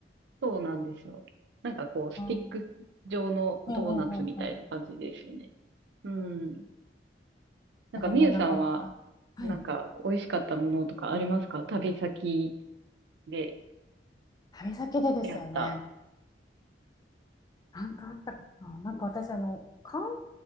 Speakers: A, on the right; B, on the left.
A: そうなんですよ。なんかこう、スティック状のドーナツみたいな感じですよね。
B: あーうんうんうんうん。
A: うん。なんか、
B: あれもなかなか。
A: みゆさんは、
B: はい。
A: なんか、美味しかったものとかありますか旅先で
B: 旅先でですよね。
A: 出会った。
B: なんかあったかな。なんか私、あの、韓